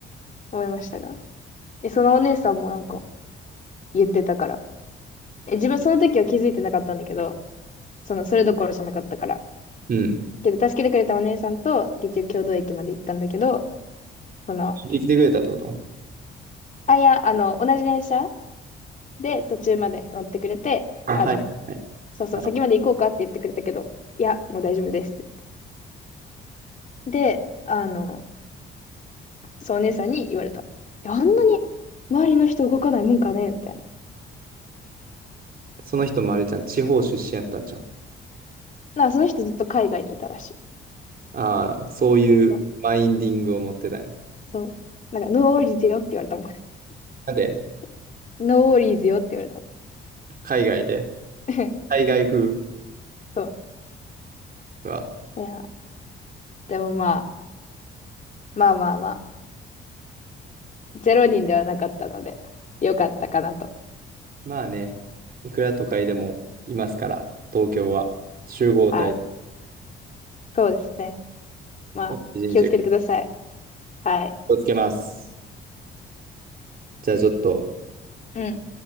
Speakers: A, on the left; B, on the right.
A: 思いましたが。え、そのお姉さんもなんか言ってたから。え、自分その時は気づいてなかったんだけど、その、それどころじゃなかったから。
B: うん。
A: けど、助けてくれたお姉さんと、結局、共同駅まで行ったんだけど、その、
B: 聞いてきてくれたってこと
A: あ、いや、あの、同じ電車で途中まで乗ってくれて、
B: あ、
A: あの、
B: はい。はい。
A: そうそう、
B: はい。
A: 先まで行こうかって言ってくれたけど、いや、もう大丈夫ですって言って。で、あの、そう、お姉さんに言われた。いや、あんなに周りの人動かないもんかねみたいな。
B: その人もあれじゃん。地方出身やったんじゃん。
A: なんか、その人ずっと海外にいたらしい。
B: ああ、そういうマインディングを持ってたんや。
A: そう。そうなんか、ノーオーリーズよって言われたもん。
B: なんで、
A: <laughs> ノーオーリーズよって言われたも
B: 海外で。
A: ん。
B: 海外風
A: <laughs> そう。
B: は。
A: いや、でもまあ、まあまあまゼロ人ではなかったので、よかったかなと。
B: まあね、いくら都会でもいますから、東京は集合体
A: はい。そうですね。まあ、
B: を大事にして気
A: 気をつけてください。はい。
B: をつけます。じゃあちょっと、
A: うん。